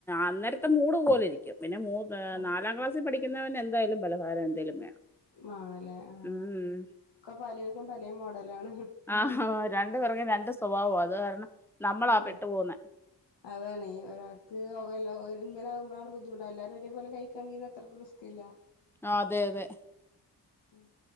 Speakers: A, in the centre; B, on the left (about 80°).
A: അന്നേരത്തെ മൂട് പോലെ ഇരിക്കും. പിന്നെ മൂ ഏഹ്
B: ആ
A: നാലാം ക്ലാസ്സി പഠി.... ക്കുന്നവന് എന്തായാലും പലഹാരം എന്തേലും വേണം.
B: വാണം ല്ലേ ആഹ്.
A: ഉം
B: ക്ക പലേര്ക്കും പലേ മോഡലാണ്.
A: ആഹ് രണ്ട് പേർക്കും രണ്ട് സ്വഭാവാ. അത് കാരണം നമ്മളാ
B: അതാണ്,
A: പെട്ടു പോകുന്നെ
B: അതാണെ. ഒരാക്ക് <unintelligible> ഇങ്ങനെ ആവുമ്പളാണ് ബുദ്ധിമുട്ട്. അല്ലാരും ഒരേ പോലെ കഴിക്കാണെങ്കിന്ന ത്രക്കും റിസ്കില്ലാ.
A: ആഹ് അതെ, അതെ.
B: ഉം